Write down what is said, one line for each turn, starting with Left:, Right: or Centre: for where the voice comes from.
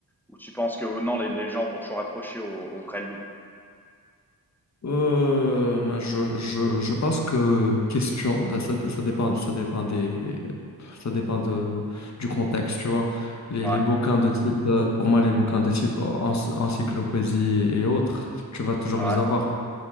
Centre: ou tu penses que oh non, les les gens vont toujours accrocher aux aux vrais livres?
Left: Euh, moi, je, je, je pense que question, bah, ça, ça dépend, ça dépend des, ça dépend de, du contexte, tu vois. Les,
Centre: Ouais,
Left: les bouquins de type, euh, pour moi, les bouquins de type en- encyclopédie et autres, tu vas toujours
Centre: ouais,
Left: les avoir.